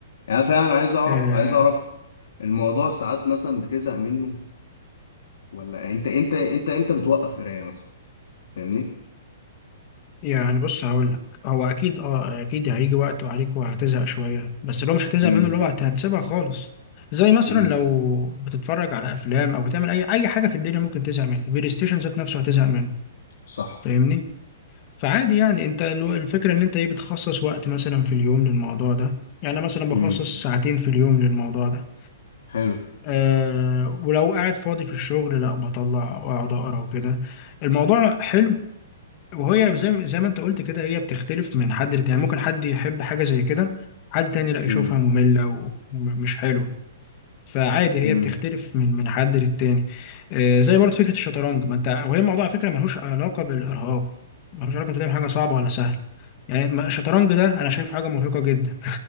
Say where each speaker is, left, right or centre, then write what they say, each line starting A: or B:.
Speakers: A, on the left (about 75°); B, on the left (about 40°).
A: يعني فعلا عايز اعرف
B: آه.
A: عايز اعرف الموضوع ساعات مثلا بتزهق منه ولا انت انت انت امتى بتوقف قرايه مثلا فاهمني
B: يعني بص هقول لك هو اكيد اه اكيد هيجي وقت وعليك وهتزهق شويه بس لو مش هتزهق
A: امم
B: منه اللي هو هت- هتسيبها خالص زي مثلا
A: امم
B: لو بتتفرج على افلام او بتعمل اي اي حاجه في الدنيا ممكن تزهق منها البلاي ستيشن ذات نفسه هتزهق منه
A: صح
B: فاهمني فعادي يعني انت الو- الفكره ان انت ايه بتخصص وقت مثلا في اليوم للموضوع ده يعني أنا مثلا بخصص
A: امم
B: ساعتين في اليوم للموضوع ده
A: حلو
B: أه ولو قاعد فاضي في الشغل لا بطلع واقعد اقرا وكده الموضوع حلو وهي زي ما- زي ما انت قلت كده هي بتختلف من حد لتاني يعني ممكن حد يحب حاجة زي كده حد تاني لا يشوفها
A: امم
B: مملة و- ومش حلوة فعادي
A: امم
B: هي بتختلف من من حد للتاني آه، زي برضه فكرة الشطرنج ما انت وهي الموضوع على فكرة ملهوش علاقة بالإرهاق ملهوش علاقة بتعمل حاجة صعبة ولا سهلة يعني ما- الشطرنج ده انا شايف حاجة مرهقة جدا